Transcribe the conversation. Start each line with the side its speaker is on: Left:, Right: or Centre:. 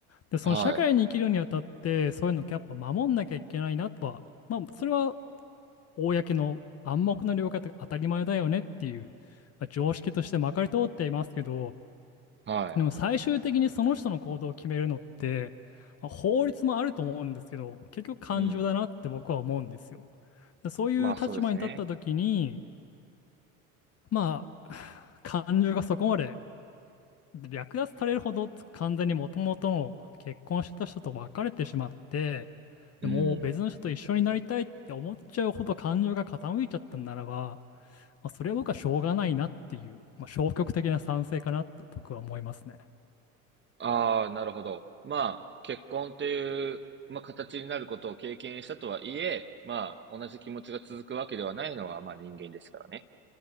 Left: で、その社会に生きるにあたって、
Right: は
Left: そういうのをやっぱ守んなきゃいけないなとは、まあ、それは公の暗黙の了解とか当たり前だよねっていう、まあ常識としてまかり通っていますけど、
Right: い、はい。
Left: でも最終的にその人の行動を決めるのって、まあ法律もあると思うんですけど、結局感情だなって僕は思うんですよ。
Right: うん。
Left: でそういう立場に立った時に、
Right: まあそうですね。
Left: まあ、<sighs> 感情がそこまで略奪されるほど完全にもともとの結婚してた人と別れてしまって、
Right: うん。
Left: でもう別の人と一緒になりたいって思っちゃうほど感情が傾いちゃったんならば、まあ、それは僕はしょうがないなっていう、まあ、消極的な賛成かなと僕は思いますね。
Right: ああ、なるほど。まあ、結婚という、まあ、形になることを経験したとはいえ、まあ、同じ気持ちが続くわけではないのは、まあ人間ですからね。